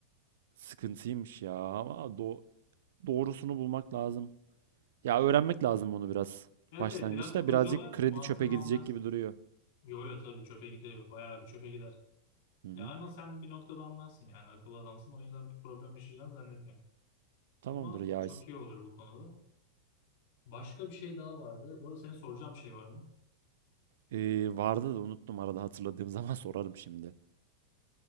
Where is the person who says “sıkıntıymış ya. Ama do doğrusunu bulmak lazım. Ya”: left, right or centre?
Right